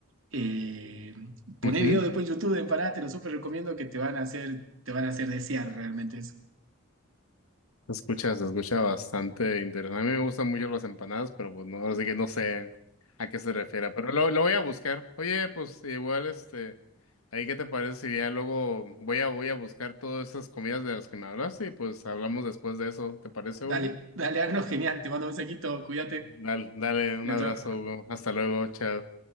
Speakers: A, on the right (about 65°); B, on the left (about 80°).
A: Eh, poné
B: ujú.
A: videos después en YouTube de empanadas, te lo súper recomiendo que te van a hacer, te van a hacer desear realmente eso.
B: Se escucha, se escucha bastante interesante. A mí me gustan mucho las empanadas, pero pues no, así que no sé a qué se refiere. Pero lo, lo voy a buscar. Oye, pues igual, este, ahí qué te parece si ya luego voy a, voy a buscar todas esas comidas de las que me hablaste y pues hablamos después de eso. ¿Te parece, Hugo?
A: Dale, dale, Arno, genial, te mando un mensajito, cuídate.
B: Dale, dale, un
A: Chao,
B: abrazo,
A: chao.
B: Hugo. Hasta luego, chao.